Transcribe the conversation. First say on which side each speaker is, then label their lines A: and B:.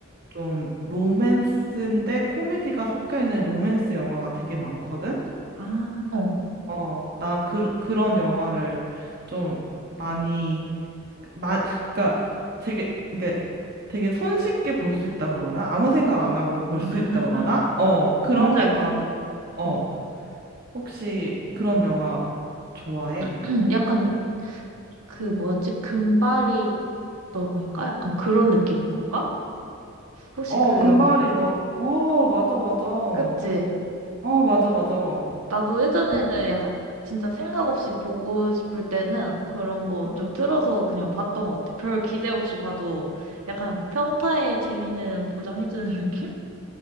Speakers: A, on the right; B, on the right.
A: 좀 로맨스인데 코미디가 섞여 있는 로맨스 영화가 되게 많거든?
B: 아, 어,
A: 어, 나 그, 그런 영화를 좀 많이, 마, 그러니까 되게, 이게 되게 손쉽게 볼 수 있다 그러나? 아무 생각 안 하고 볼
B: 아,
A: 수 있다 그러나? 어, 그런
B: 뭔지
A: 게
B: 알
A: 바로,
B: 것 같아.
A: 어,
B: 어,
A: 혹시 그런 영화 좋아해?
B: <clears throat> 약간 그 뭐였지? 금발이 너무인가? 약간 그런 느낌인 건가? 혹시
A: 어,
B: 그
A: 금발이
B: 영화?
A: 너. 어, 맞아, 맞아. 어,
B: 그치?
A: 맞아, 맞아. 어.
B: 나도 예전에는
A: 응,
B: 약간 진짜 생각 없이 보고 싶을 때는 그런 거
A: 어.
B: 좀 틀어서 그냥 봤던 것 같아. 별 기대 없이 봐도 약간 평타의 재미는 보장해주는 <laughs> 느낌?